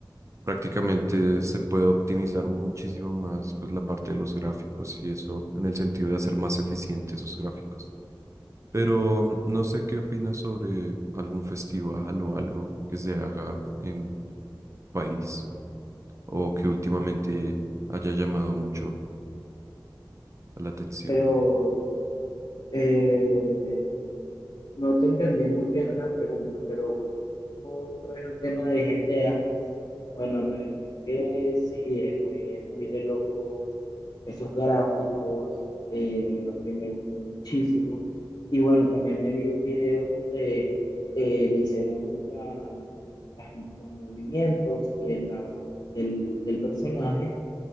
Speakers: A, on the right (about 40°); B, on the left (about 55°).
A: Prácticamente se puede optimizar muchísimo más pues la parte de los gráficos y eso en el sentido de hacer más eficientes esos gráficos. Pero no sé qué opinas sobre algún festival o algo que se haga en tu país o que últimamente haya llamado mucho la atención.
B: Pero eh, no te entendí muy bien la pregunta, pero otra vez el tema de GTA. Bueno, la verdad que sí, eh, fue muy de locos esos gráficos, eh, de verdad que me gustó muchísimo. Y bueno, también me vi un video donde eh, le hicieron la- las- los movimientos de la, del, del personaje